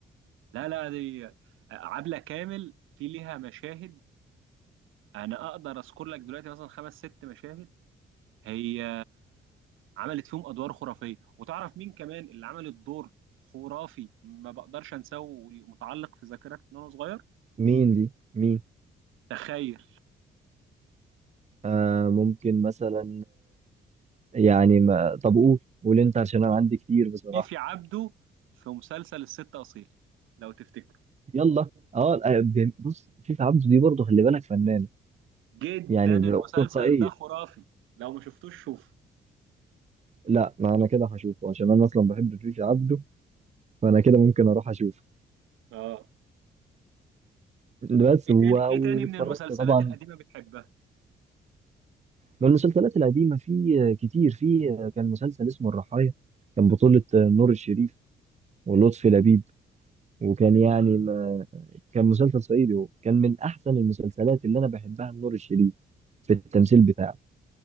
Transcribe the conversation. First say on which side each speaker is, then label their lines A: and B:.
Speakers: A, on the right; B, on the right.
A: لا لا دي عبلة كامل في ليها مشاهد انا اقدر اذكر لك دلوقتي مثلا خمس ست مشاهد هي عملت فيهم ادوار خرافية وتعرف مين كمان اللي عمل الدور خرافي ما بقدرش انساه ومتعلق في ذاكرتي من وانا صغير
B: مين دي مين
A: تخيل
B: آه ممكن مثلا يعني ما طب قول قول انت عشان انا عندي كتير بصراحه
A: فيفي عبده في مسلسل الست أصيل لو تفتكروا
B: يلا اه آه، ب- بص فيفا عبده دي برضه خلي بالك فنانه
A: جدا
B: يعني
A: المسلسل
B: ب- تلقائيه
A: ده خرافي لو ما شفتوش شوف
B: لا ما انا كده هشوفه عشان انا اصلا بحب فيفا عبده فانا كده ممكن اروح اشوفه
A: اه
B: بس
A: ايه
B: و-
A: تاني ايه
B: واتفرجت
A: تاني من المسلسلات
B: طبعا
A: القديمة بتحبها
B: من المسلسلات القديمه في آه، كتير في آه، كان مسلسل اسمه الرحايا كان بطوله آه، نور الشريف ولطفي لبيب وكان يعني ما كان مسلسل صعيدي هو كان من احسن المسلسلات اللي انا بحبها لنور الشريف في التمثيل بتاعه